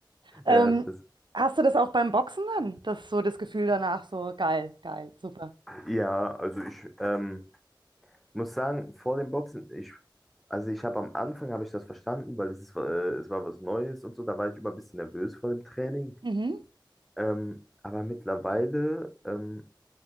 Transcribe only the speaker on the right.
Ähm,
hast du das auch beim Boxen dann? Das so das Gefühl danach, so geil, geil, super.
Mhm.